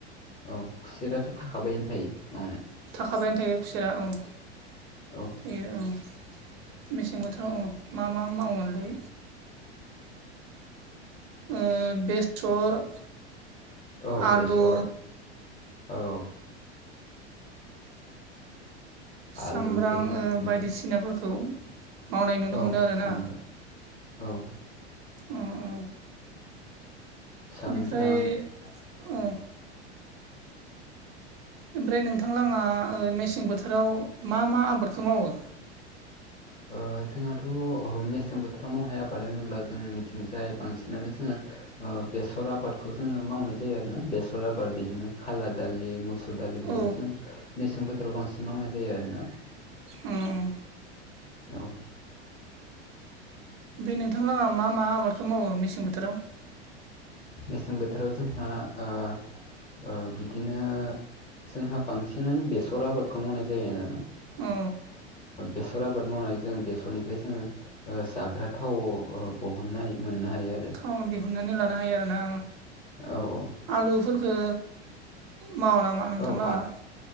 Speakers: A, on the left (about 15°); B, on the right (about 55°).
A: औ खुसेराथ' थाखाबायानो थायो मावनो।
B: थाखाबायनो थायो खुसिरा ओं।
A: औ
B: बेयो औ मेसें बोथोराव औ मा मा मावोमोनलाय ओ बेसर
A: औ
B: आलु
A: बेसर औ।
B: सामब्राम
A: आलु दोङो ओमफ्राय
B: बायदिसिनाफोरखौ मावनाय नुनो
A: औ
B: मोनो आरोना
A: सामब्राम औ।
B: अ अ
A: सामब्राम
B: बेनिफ्राय ओ ओमफ्राय नोंथांलाङा ओ मेसें बोथोराव मा मा आबादखौ मावो?
A: ओ जोंहाथ' मेसें बोथोराव मावनाय आबाद होनोब्ला जों मिथिंजाय बांसिनानो जोङो बेसर आबादखौ जोङो मावनाय जायो आरो ना बेसर आबाद बिदिनो खाला दालि मुसुर दालि बेफोरखौ
B: औ
A: जों मेसें बोथोराव बांसिन मावनाय जायो आरो ना।
B: उम उम
A: औ।
B: बे नोंथां लाहा मा मा आबादखौ मावो मेसें बोथोराव?
A: मेसें बोथोराव जोंहा ओ ओ बिदिनो जोंहा बांसिनानो बेसर आबाद बेखौ मावनाय जायो आरोना
B: औ
A: बेसर आबाद मावनाय जों बेसरनिफ्राय जोङो जाग्रा थाव बहननाय मोननो हायो आरो।
B: औ दिहुननानै लानो हायो आरोना
A: औ औ।
B: आलुफोरफोरखौ मावा नामा? नोंथांलाङा
A: औ आ